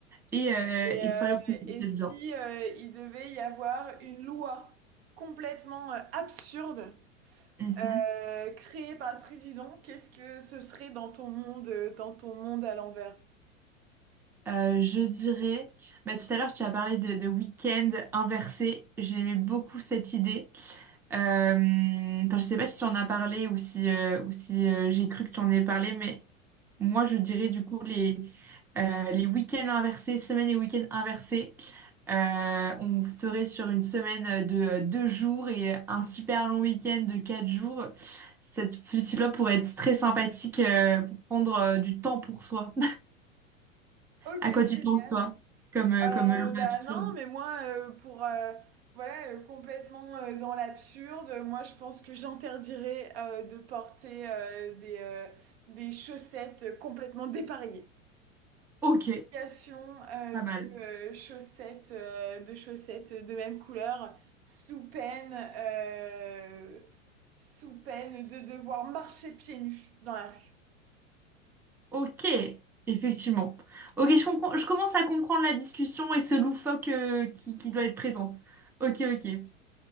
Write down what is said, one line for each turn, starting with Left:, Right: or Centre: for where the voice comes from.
Centre: et, euh,
Right: Et,
Centre: et
Right: euh,
Centre: soyons plus
Right: et
Centre: efficaces
Right: si
Centre: bien.
Right: euh, il devait y avoir une loi complètement euh, absurde
Centre: Mhm.
Right: euh, créée par le président, qu'est-ce que ce serait dans ton monde, euh, dans ton monde à l'envers?
Centre: Euh, je dirais, bah, tout à l'heure tu as parlé de, de week-end inversé, j'aimais beaucoup cette idée. Euh, enfin, je sais pas si tu en as parlé ou si, euh, ou si euh, j'ai cru que tu en ai parlé, mais moi je dirais du coup les, euh, les week-ends inversés, semaines et week-ends inversés. Euh, on serait sur une semaine de euh, deux jours et un super long week-end de quatre jours. Cette petite-là pourrait être très sympathique euh, pour prendre euh, du temps pour soi.
Right: Ok,
Centre: À quoi tu
Right: génial.
Centre: penses, toi, comme, euh,
Right: Euh,
Centre: comme loi
Right: bah
Centre: absurde?
Right: non, mais moi, euh, pour euh, voilà, euh, complètement euh, dans l'absurde, euh, moi je pense que j'interdirais euh, de porter euh, des, euh, des chaussettes complètement dépareillées.
Centre: Ok,
Right: Application, euh,
Centre: pas
Right: de
Centre: mal.
Right: euh, chaussettes, euh, de chaussettes de même couleur, sous peine, euh, sous peine de devoir marcher pieds nus dans la rue.
Centre: Ok, effectivement. Ok, je comprends, je commence à comprendre la discussion et ce loufoque euh, qui, qui doit être présent. Ok, ok.